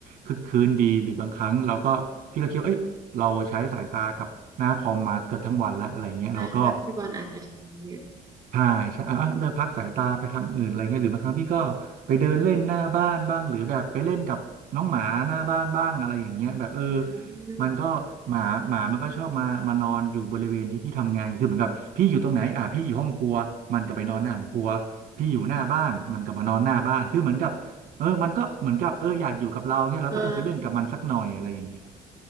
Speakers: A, on the right; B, on the right.
A: คึกคืนดีหรือบางครั้งเราก็พี่ก็คิดว่าเอ้ยเราใช้สายตากับหน้าคอมมาเกือบทั้งวันแล้วอะไรเงี้ยเราก็
B: ใช่ใช่พี่บอลอาจจะใช้เยอะ
A: ใช่ใช่อ่ะอ่ะเลิกพักสายตาไปทำอื่นอะไรเงี้ยหรือบางครั้งพี่ก็ไปเดินเล่นหน้าบ้านบ้างหรือแบบไปเล่นกับน้องหมาหน้าบ้านบ้างอะไรอย่างเงี้ยแบบเออ
B: อื
A: มันก็หมาหมามันก็ชอบมามานอนอยู่บริเวณที่พี่ทำงานคือเหมือนกับพี่อยู่ตรงไหนอ่ะพี่อยู่ห้องครัวมันก็ไปนอนหน้าห้องครัวพี่อยู่หน้าบ้านมันก็มานอนหน้าบ้านคือเหมือนกับเออมันก็เหมือนกับเอออยากอยู่กับเราเงี้ยเราก็เออไปเล่นกับมันสักหน่อยอะไรอย่างเงี้ย
B: มอ่า